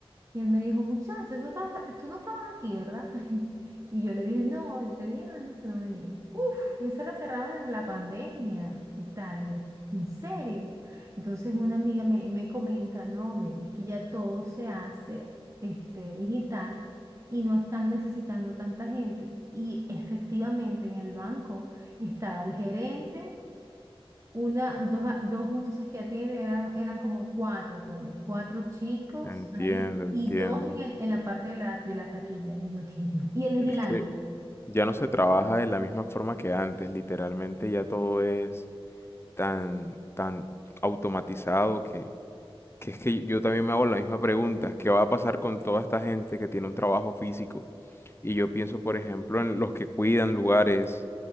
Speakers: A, on the right; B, on the left.
A: Y él me dijo, muchacho, eso estás- tú no estabas aquí, ¿verdad? <laughs> Y yo le dije, no, yo tenía años que no venía. Uf, eso la cerraron desde la pandemia y tal. Y yo, ¿en serio? Entonces una amiga me, me comenta, no, Mary, es que ya todo se hace este, digital y no están necesitando tanta gente. Y efectivamente en el banco estaba el gerente. Una, dos, a- dos muchachas que atienden eran, eran como cuatro, ponle, cuatro chicos
B: Entiendo,
A: ahí
B: entiendo.
A: y dos en el, en la parte de la, de la taquilla. Y yo dije, Dios, y el vigilante.
B: Es que ya no se trabaja de la misma forma que antes, literalmente ya todo es tan, tan automatizado que, que es que yo también me hago la misma pregunta, ¿qué va a pasar con toda esta gente que tiene un trabajo físico Y yo pienso, por ejemplo, en los que cuidan lugares,